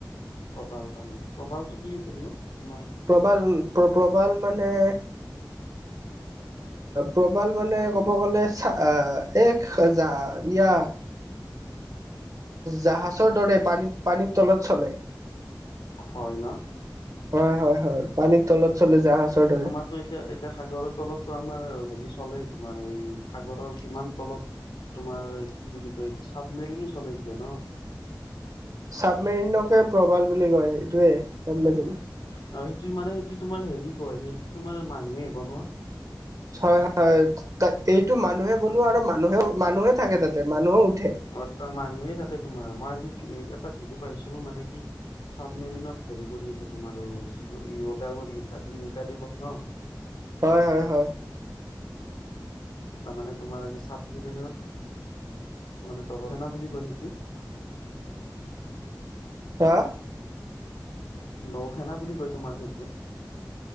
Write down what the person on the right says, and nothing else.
প্ৰবাল প্ৰবাল মানে
প্ৰবাল মানে ক'ব গ'লে এক হেজাৰ ইয়া জাহাছৰ দৰে পানীত পানীৰ তলত চলে।
হয় হয় হয়, পানীৰ তলত চলে জাহাছৰ দৰে।
চাবমেৰিনকে প্ৰবাল বুলি কয়, এইটোৱে চাবমেৰিন।
হয় হয়, এইটো মানুহে বনোৱা আৰু মানুহেও মানুহে থাকে তাতে মানুহেও উঠে।
হয় হয় হয়।
হা?